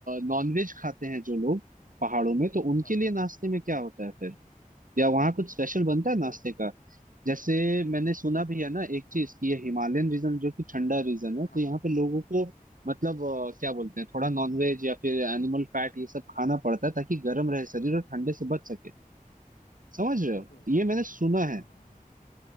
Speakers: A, on the right; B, on the left.
A: नॉनवेज खाते हैं जो लोग पहाड़ों में तो
B: हाँ
A: उनके
B: हाँ
A: लिए नाश्ते में क्या होता है फिर या वहाँ कुछ स्पेशल बनता
B: देखो
A: है नाश्ते का जैसे
B: देखो
A: मैंने
B: देखो
A: सुना भी है ना एक चीज कि ये हिमालयन रीजन जो कि ठंडा रीजन
B: हाँ
A: है तो यहाँ पे लोगों को
B: हाँ
A: मतलब अ, क्या बोलते हैं थोड़ा नॉनवेज या फिर एनिमल फैट ये सब खाना पड़ता है ताकि गर्म रहे शरीर और ठंडे से बच सके समझ रहे
B: देखो
A: हो ये मैंने
B: मोस्ट
A: सुना
B: हाँ
A: है
B: हाँ हाँ हाँ